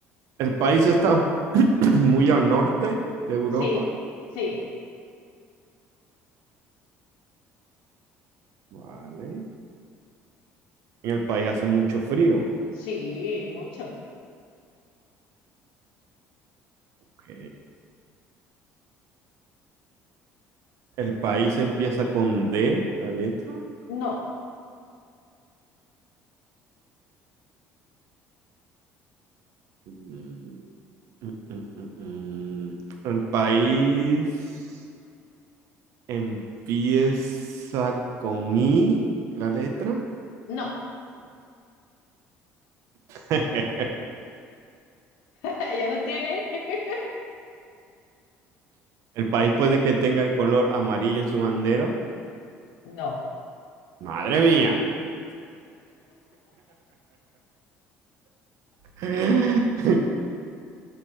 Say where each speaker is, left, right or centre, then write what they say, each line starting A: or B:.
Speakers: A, on the right (about 70°); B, on the left (about 80°).
A: El país está <clears throat> muy al norte de Europa.
B: Sí, sí.
A: Vale. En el país hace mucho frío.
B: Sí, mucho.
A: Ok. El país empieza con D, la letra.
B: No,
A: Mm, mm, mm, mm, mm. El país empieza con I, la letra.
B: no.
A: <laughs>
B: <laughs> ¿Ya lo tiene? <laughs>
A: El país puede que tenga el color amarillo en su bandera.
B: No,
A: Madre mía. <laughs>